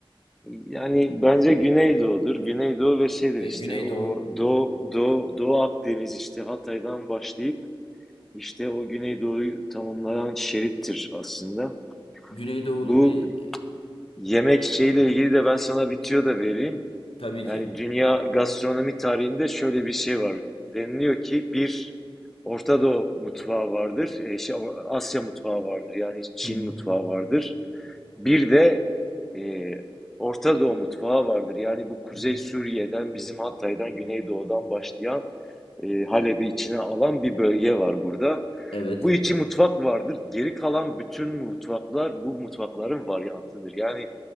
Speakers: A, in the centre; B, on the left.
A: Yani bence Güneydoğu'dur. Güneydoğu ve şeydir
B: E,
A: işte
B: Güneydoğu.
A: o Doğu, Doğu, Doğu Akdeniz işte Hatay'dan başlayıp İşte o Güneydoğu'yu tamamlayan şerittir aslında.
B: Güneydoğulu
A: Bu
B: bir e,
A: yemek şeyle ilgili de ben sana bir tüyo da vereyim.
B: tabii ki.
A: Yani dünya gastronomi tarihinde şöyle bir şey var. Deniliyor ki bir Orta Doğu mutfağı vardır, e, şey, Asya mutfağı vardır yani Çin
B: Hı hı.
A: mutfağı vardır. Bir de e, Orta Doğu mutfağı vardır. Yani bu Kuzey
B: Hı hı.
A: Suriye'den, bizim Hatay'dan, Güneydoğu'dan başlayan e, Halep'i içine alan bir bölge var burada.
B: Evet.
A: Bu iki mutfak vardır. Geri kalan bütün mutfaklar bu mutfakların varyantıdır. Yani